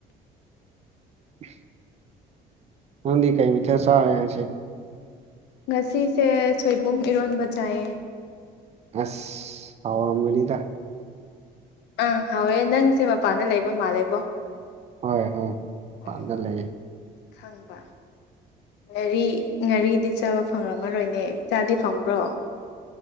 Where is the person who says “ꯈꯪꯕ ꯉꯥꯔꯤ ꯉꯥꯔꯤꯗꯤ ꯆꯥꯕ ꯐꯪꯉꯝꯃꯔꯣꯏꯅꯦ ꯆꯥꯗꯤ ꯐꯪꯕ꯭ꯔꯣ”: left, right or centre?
Left